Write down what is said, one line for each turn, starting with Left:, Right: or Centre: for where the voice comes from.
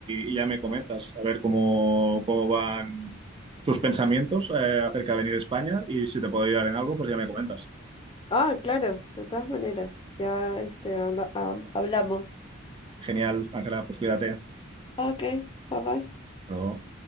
Right: y ya me comentas, a ver cómo, cómo van tus pensamientos eh, acerca de venir a España y si te puedo ayudar en algo, pues ya me comentas.
Left: Ah, claro, de todas maneras, ya este, anda, am- hablamos.
Right: Genial, Ángela, pues cuídate. Hasta
Left: Ok, bye bye.
Right: luego.